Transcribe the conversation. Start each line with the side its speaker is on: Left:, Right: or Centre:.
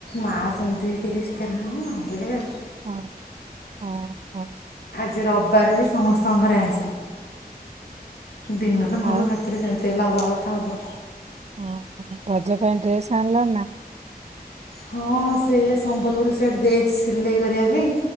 Left: ମାସ୍ ସେମିତି ଟିକେ ଚିକେନ୍ ହେବି ନହେଲେ ଆଉ।
Right: ହଁ ହଁ ହଁ।
Left: ଆଜି ରବିବାର ଯେ ସମସ୍ତଙ୍କ ଘରେ ଆଇଁସ। ଦିନ ତ
Right: ଆଉ
Left: ନହେଲେ ରାତରେ ଯାନ୍ତି। ତେଲା ହବା କଥା ହବ।
Right: ଓ ରଜ ପାଇଁ ଡ୍ରେସ୍ ଆଣଲା ନା।
Left: ହଁ ସେ ସମ୍ବଲପୁରି ସେଟ ଦେଇଛି ସିଲେଇ କରିବା ପାଇଁ।